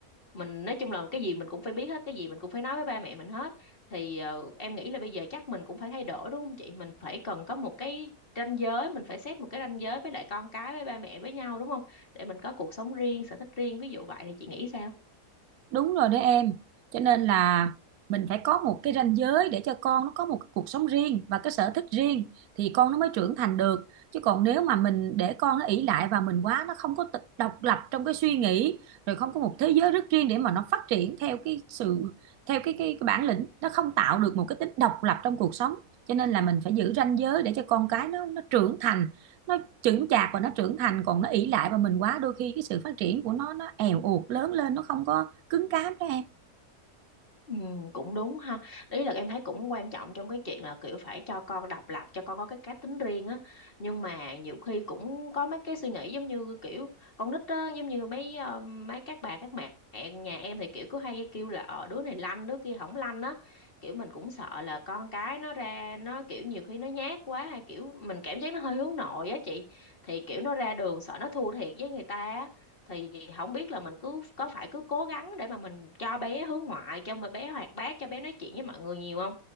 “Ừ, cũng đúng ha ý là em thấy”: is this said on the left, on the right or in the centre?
Left